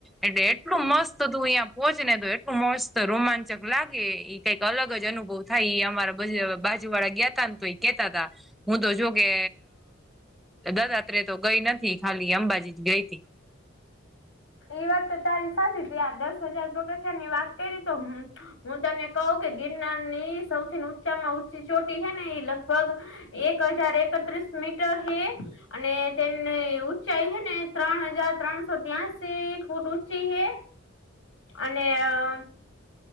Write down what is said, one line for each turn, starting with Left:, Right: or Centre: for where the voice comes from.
Centre: એટલે એટલું મસ્ત તું અહીંયા પહોંચ ને તો એટલું મસ્ત રોમાંચક લાગે ઈ કઈક અલગ જ અનુભવ થાય ઈ અમારા. પછી હવે બાજુવાળા ગ્યા તા ને તો ઈ કેતા તા, હું તો જો કે દત્તાત્રેય તો ગઈ નથી, ખાલી અંબાજી જ ગઈ તી.
Left: એ વાત તો તારી સાચી તે આ દસ હજાર પગથિયાની વાત કરી તો હું હું તને કહું કે ગિરનારની સૌથી ને ઊંચામાં ઊંચી ચોટી હે ને એ લગભગ એક હજાર એકત્રીસ મીટર હે અને તેની ઊંચાઈ હે ને ત્રણ હજાર ત્રણસો ત્યાસી ફૂટ ઊંચી હે અને અહ